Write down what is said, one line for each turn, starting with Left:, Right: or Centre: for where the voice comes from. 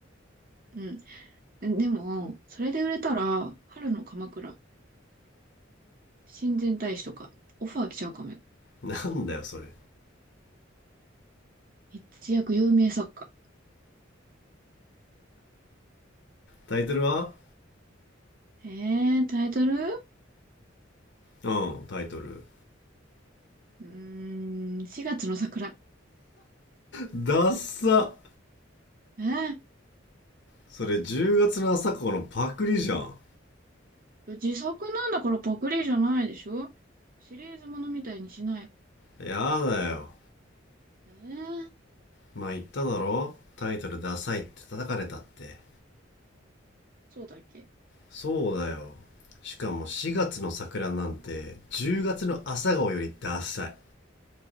Right: うん。ででも、それで売れたら、春の鎌倉、親善大使とか、オファー来ちゃうかもよ。
Left: なんだよそれ
Right: 一躍有名作家。
Left: タイトルは
Right: えー、タイトル
Left: うんタイトル
Right: うーん、4月の桜。
Left: ダッサ
Right: えー、
Left: それ10月の朝顔のパクリじゃん
Right: 自作なんだからパクリじゃないでしょシリーズものみたいにしない。
Left: やだよ
Right: えー、
Left: まあ言っただろタイトルダサいって叩かれたって
Right: そうだっけ
Left: そうだよしかも4月の桜なんて10月の朝顔よりダサい